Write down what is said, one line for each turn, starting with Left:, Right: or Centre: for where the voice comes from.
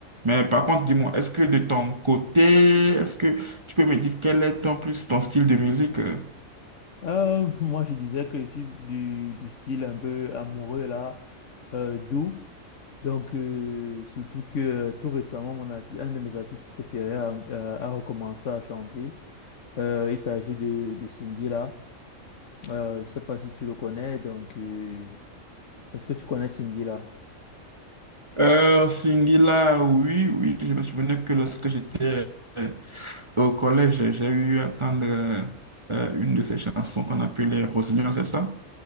Right: Mais par contre, dis-moi, est-ce que de ton côté, est-ce que tu peux me dire quel est ton plus ton style de musique? Euh,
Left: Euh, moi, je disais que je suis du, du style un peu amoureux, là, euh, doux. Donc, euh, surtout que euh, tout récemment, mon arti- un de mes artistes préférés a, euh, a recommencé à chanter. Euh, il s'agit de, de Singila. Euh, je ne sais pas si tu le connais. Donc, euh, est-ce que tu connais Singila?
Right: Euh, Singila, oui, oui, je me souvenais que lorsque j'étais euh, au collège, j'ai eu à attendre euh, euh, une de ces chansons qu'on appelait Rosignol, c'est ça?